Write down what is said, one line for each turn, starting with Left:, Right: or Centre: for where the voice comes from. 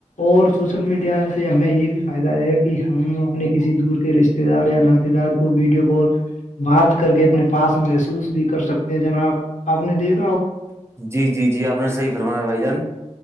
Left: اور سوشل میڈیا ہمیں یہ بھی فائدہ ہے کہ ہم اپنے کسی دور کے رشتے دار یا ناات دار کو ویڈیو کال بات کر کے اپنے پاس محسوس بھی کر سکتے ہیں جناب آپ نے دیکھ
Right: جی جی جی آپ نے صحیح فرمایا بھائی جان